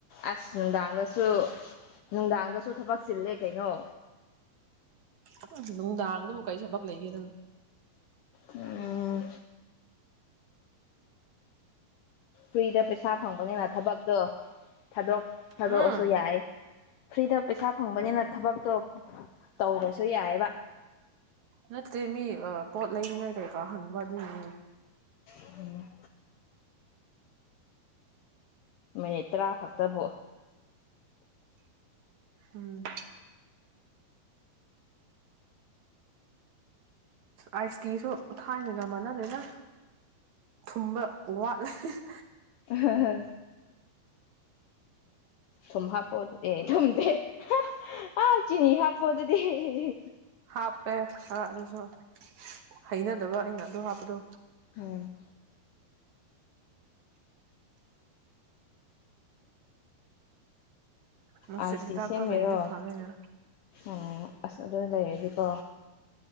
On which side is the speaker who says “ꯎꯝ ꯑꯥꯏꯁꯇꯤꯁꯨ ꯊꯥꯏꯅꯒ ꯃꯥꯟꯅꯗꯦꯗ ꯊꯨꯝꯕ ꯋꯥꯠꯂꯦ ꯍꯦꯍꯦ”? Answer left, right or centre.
Right